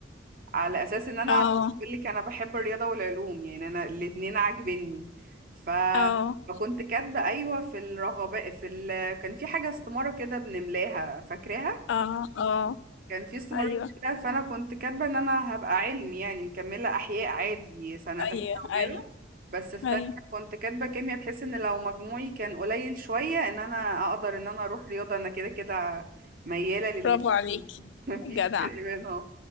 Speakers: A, on the right (about 50°); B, on the left (about 85°).
A: على أساس إن أنا
B: اه
A: بقول لك أنا بحب الرياضة والعلوم يعني أنا الاتنين عاجبني ف
B: اه
A: فكنت كاتبة أيوة في الرغبة في ال... كان في حاجة استمارة كده بنملاها فاكراها
B: اه اه
A: كان في استمرار
B: ايوه
A: كده فانا كنت كاتبه ان انا هبقى علمي يعني مكمله احياء عادي سنه تالتة
B: ايوه
A: وكده
B: ايوه
A: بس في تانية
B: ايوه
A: كنت كاتبه كيمياء بحيث ان لو مجموعي كان قليل شويه ان انا اقدر ان انا اروح رياضه انا كده كده مياله للاتنين
B: برافو عليك
A: <laughs> مفيش
B: جدع
A: فرق بينهم